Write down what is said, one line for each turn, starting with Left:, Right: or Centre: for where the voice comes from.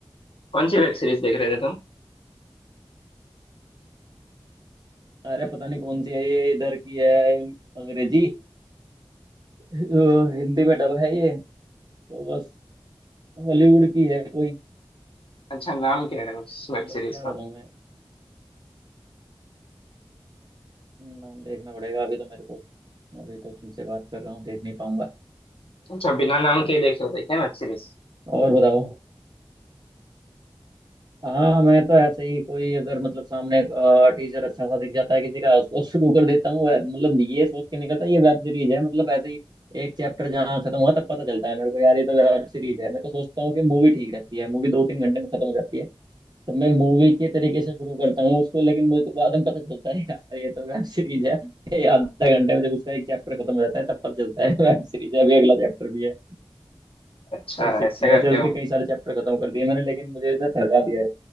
Left: कौन सी वेब सीरीज देख रहे थे तुम
Right: अरे पता नहीं कौन सी है ये इधर की है अंग्रेजी अ, हिंदी में डब है ये तो बस हॉलीवुड की है कोई
Left: अच्छा नाम क्या है उस वेब
Right: बस
Left: सीरीज
Right: क्या
Left: का
Right: बताऊँ मैं नाम देखना पड़ेगा अभी तो मेरे को अभी तो तुमसे बात कर रहा हूँ देख नहीं पाऊंगा
Left: अच्छा बिना नाम के ही देख रहे थे क्या वेब सीरीज
Right: और बताओ हाँ मैं तो ऐसे ही कोई अगर मतलब सामने टीचर अच्छा सा दिख जाता है किसी का उसको शुरू कर देता हूँ वै- मतलब ये सोच के निकलता है ये वेब सीरीज है मतलब ऐसे ही एक चैप्टर जहाँ खत्म हुआ तब पता चलता है मेरे को यार ये तो वेब सीरीज है मैं तो सोचता हूँ कि मूवी ठीक रहती है मूवी दो तीन घंटे में खत्म हो जाती है तो मैं मूवी के तरीके से शुरू करता हूँ उसको लेकिन मुझे तो बाद में पता चलता है <laughs> यार ये तो वेब सीरीज है ये आधे घंटे में जब उसका एक चैप्टर खत्म हो जाता है तब पता चलता है <laughs> वेब सीरीज है अभी अगला चैप्टर भी है
Left: अच्छा
Right: और सुबह
Left: ऐसे करते
Right: से उसके
Left: हो
Right: कई सारे चैप्टर खत्म कर दिए मैंने लेकिन मुझे ऐसा थका दिया